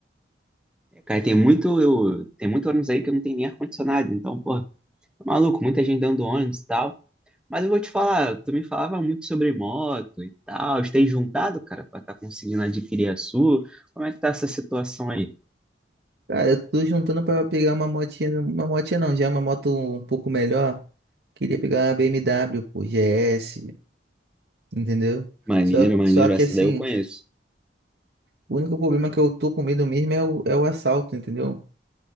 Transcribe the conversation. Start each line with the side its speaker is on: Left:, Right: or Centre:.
Centre: É, Cara, tem muito, eu, tem muito ônibus aí que não tem nem ar-condicionado, então, pô, maluco, muita gente dando ônibus e tal. Mas eu vou te falar, tu me falava muito sobre moto e tal. Tem juntado, cara, pra estar conseguindo adquirir a sua? Como é que tá essa situação aí?
Right: Cara, eu tô juntando pra pegar uma motinha, uma motinha não, já é uma moto um pouco melhor. Queria pegar uma BMW, pô, GS, entendeu?
Centre: Maneiro,
Right: Só,
Centre: maneiro,
Right: só que
Centre: essa
Right: assim.
Centre: daí eu conheço.
Right: O único problema que eu tô com medo mesmo é o, é o assalto, entendeu?